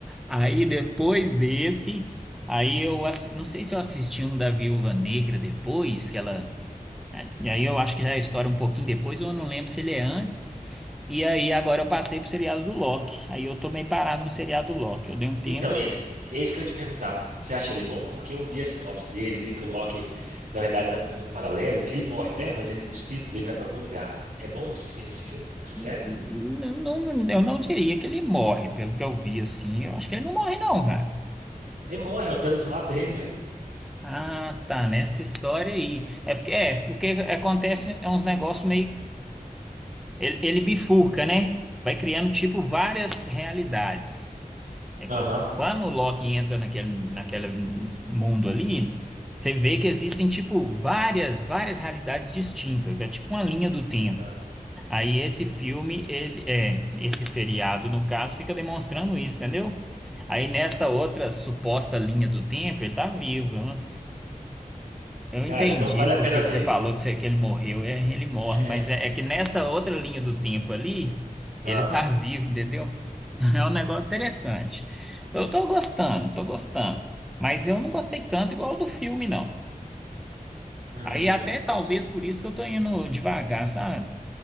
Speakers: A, in the centre; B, on the right (about 70°).
A: Aí depois desse, aí eu assi- não sei se eu assisti um da Viúva Negra depois, que ela. E aí eu acho que já é a história um pouquinho depois, eu não lembro se ele é antes. E aí agora eu passei pro seriado do Loki. Aí eu tô meio parado no seriado do Loki. Eu dei um tempo.
B: Então, é, é isso que eu ia te perguntar. Você acha ele bom? Porque eu vi a sinopse dele, vi que o Loki, na verdade, vai para o mundo paralelo. Ele morre, né? Mas ele, o espírito dele vai para algum lugar. É bom esse, esse filme? Essa série?
A: Não, não- eu não diria que ele morre, pelo que eu vi assim. Eu acho que ele não morre, não, cara.
B: Ele morre, o Thanos mata ele, ué.
A: Ah, tá, nessa história aí. É porque é, o que acontece é uns negócios meio Ele, ele bifurca, né? Vai criando, tipo, várias realidades. É,
B: Aham.
A: qu- qu- Quando o Loki entra naquele, naquele mundo ali, você vê que existem, tipo, várias, várias realidades distintas. É tipo uma linha do tempo.
B: Ah,
A: Aí esse filme, ele, é, esse seriado, no caso, fica demonstrando isso, entendeu? Aí nessa outra
B: ah.
A: suposta linha do tempo, ele tá vivo. né? Eu
B: Cara,
A: entendi
B: então vale
A: por
B: a pena
A: que
B: ver.
A: que você falou que, você- que ele morreu. É, ele morre,
B: É.
A: mas é, é que nessa outra linha do tempo ali,
B: Ah,
A: ele tá vivo, entendeu? <laughs> É um negócio interessante. Eu tô gostando, tô gostando. Mas eu não gostei tanto igual do filme, não.
B: hum,
A: Aí até
B: entendi.
A: talvez por isso que eu tô indo devagar, sabe?